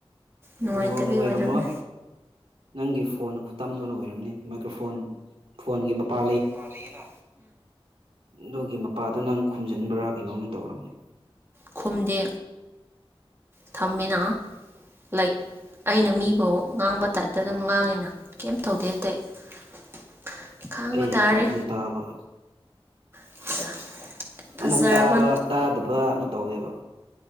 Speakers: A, on the right; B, on the right.
A: ꯅꯨꯡꯉꯥꯏꯇꯕꯤ
B: ꯅꯦꯠꯋꯥꯛꯅ ꯑꯣꯏꯔꯝꯃꯣꯏ
A: ꯑꯣꯏꯔꯝꯃꯤ
B: ꯅꯪꯒꯤ ꯐꯣꯟ ꯈꯨꯇꯝꯗꯨ ꯂ ꯑꯣꯏꯣꯏꯔꯝꯅꯤ ꯃꯥꯏꯀ꯭ꯔꯣꯐꯣꯟ ꯐꯣꯟꯒꯤ ꯃꯄꯥ
A: ꯄꯜꯂꯤꯦꯅ
B: ꯅꯒꯤ ꯃꯄꯥꯗꯣ ꯅꯪ ꯈꯨꯝꯖꯤꯟꯕ꯭ꯔꯥ ꯀꯩꯅꯣꯝ ꯇꯧꯔꯝꯅꯦ
A: ꯈꯨꯝꯗꯦ ꯊꯝꯃꯤꯅ ꯂꯥꯏꯛ ꯑꯩꯅ ꯃꯤꯐꯥꯎ ꯉꯥꯡꯕ ꯇꯥꯏꯞꯇ ꯑꯗꯨꯝ ꯉꯥꯡꯉꯤꯅ ꯀꯩꯝ ꯇꯧꯗꯦ ꯑꯇꯩ <unintelligible>
B: ꯑꯩ
A: ꯇꯥꯔꯦ
B: ꯀꯣꯟ ꯑꯗꯨꯝ ꯇꯥꯕ
A: <unintelligible> ꯐꯖꯔꯕ
B: ꯑꯃꯨꯛ ꯇꯥꯕ ꯇꯥꯗꯕ ꯑꯃꯨꯛ ꯇꯧꯋꯦꯕ